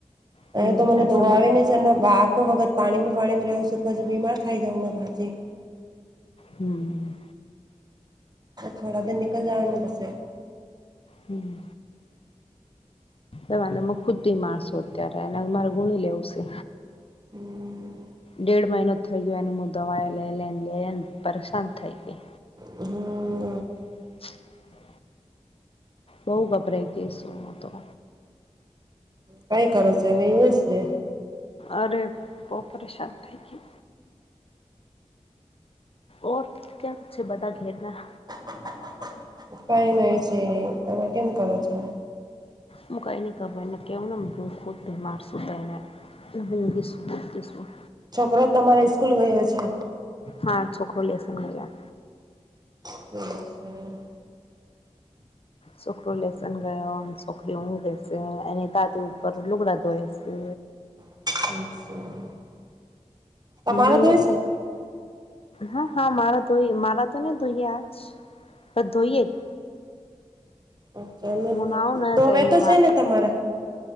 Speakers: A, on the left; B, on the right.
A: હમ
B: અ તો મને
A: એટલે
B: ધોવા
A: મુ
B: આવે ને સર બા આકો વખત પાણીમાં પાણીમાં રહેું છું તો પછી બીમાર થાય જાઉંને ઘાથી.
A: હમ
B: થોડા દર નિકલ જ ને બસસે
A: હમ તે વા ખુદ મારશો અત્યારે એના મારે ગુણી લેવશે
B: હમ
A: દેડ મહિનો. થઈ ગયો અને હું દવાયો લઈ લઈને લઈ લને પરેશાન થઈ ગઈ.
B: હમ
A: <inaudible> બઉ ગભરાઈ ગઈશું હું તો
B: ટાય કરો ચાલ એ છે.
A: અરે બહ પરેશાન થઈ. ગઈ ઓ ક્યા બધા ઘેરના
B: <unintelligible> કઈ નય છે તમે કેમ કરો છો.
A: મ ક એને કબને કેવનાને ભૂઃખદ બમાર સુતને દીસું દીસું.
B: છોકરો તમારે સ્કૂલ ગયો છે.
A: હા છોકરો લેસન ન
B: હમ.
A: છોકરો લેસન ગયો છોકરી હું રેશે એને તા પર લુગડા ધોય છે.
B: <inaudible> તમારા
A: મૂર્તિ.
B: ધોય છે
A: હા હા મારા ધોઈ મારા તો નને ધોઈએ આજ બ ધોઈએ જ.
B: અચ્છા
A: હું નાવ ને
B: તોવે
A: એને
B: તો છે ને તમારે